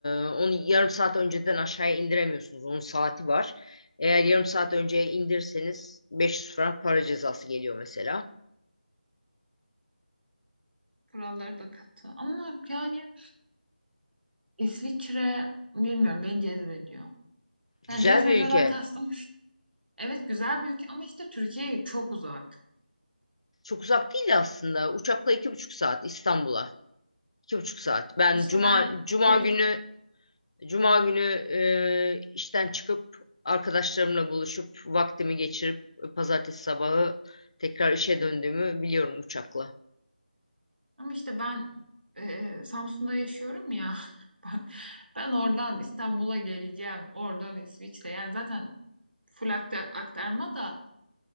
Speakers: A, on the left; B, on the right.
A: onu yarım saat önceden aşağıya indiremiyorsunuz. Onun saati var. Eğer yarım saat önceye indirseniz 500 frank para cezası geliyor mesela.
B: Kuralları da katı. Ama yani İsviçre bilmiyorum beni cezbediyor.
A: Güzel
B: Yani cezbediyordan
A: bir ülke.
B: kastım. şu. Evet güzel bir ülke ama işte Türkiye'ye çok uzak.
A: Çok uzak değil aslında. Uçakla iki buçuk saat İstanbul'a. İki buçuk saat. Ben
B: İşte
A: cuma
B: ben
A: cuma
B: şey,
A: günü cuma günü e, işten çıkıp arkadaşlarımla buluşup vaktimi geçirip pazartesi sabahı tekrar işe döndüğümü biliyorum uçakla.
B: ama işte ben e, Samsun'da yaşıyorum ya. <laughs> Ben, ben oradan İstanbul'a geleceğim. Oradan İsviçre. Yani zaten full akta- aktarma da